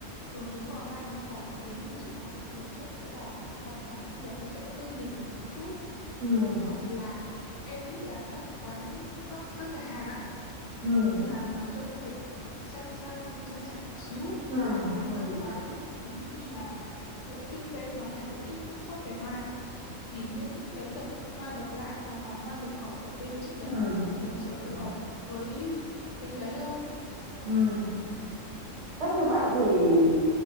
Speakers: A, on the left; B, on the right.
A: thường nếu mà hoa nhập khẩu thì đúng như chị nói đó thì chắc là sẽ là văn phòng thu nhập nó sẽ hơi nhỉnh nhỉnh một chút
B: ừ
A: hoặc là em nghĩ là các quán các các nhà hàng ạ
B: ừ
A: nhà hàng nào trông kiểu sang sang sang chảnh xíu
B: ừ
A: hoặc là
B: ừ
A: các
B: ừ
A: quán ví dụ như là những cái bên mà hay tổ chức workshop về hoa á, thì những cái độc hoa độc lạ hoặc là hoa nhập khẩu bên chị nhập
B: Ừ.
A: á thì nó sẽ
B: Ừ.
A: phù
B: Ừ.
A: hợp với cái đấy hơn đó
B: Ừm, thế như vậy thì